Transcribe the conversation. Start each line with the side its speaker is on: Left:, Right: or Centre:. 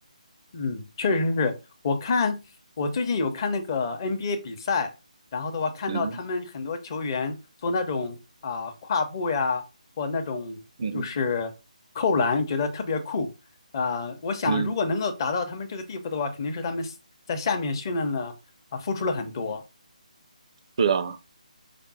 Left: 嗯，确实是。我看我最近有看那个 NBA 比赛，然后的话看到他们很多球员做那种啊、
Right: 嗯
Left: 跨步呀，或那种就是扣篮，
Right: 嗯
Left: 觉得特别酷。啊、我想如果能够达到他们这个地步的话，
Right: 嗯，
Left: 肯定是他们在下面训练了啊、付出了很多。
Right: 是啊，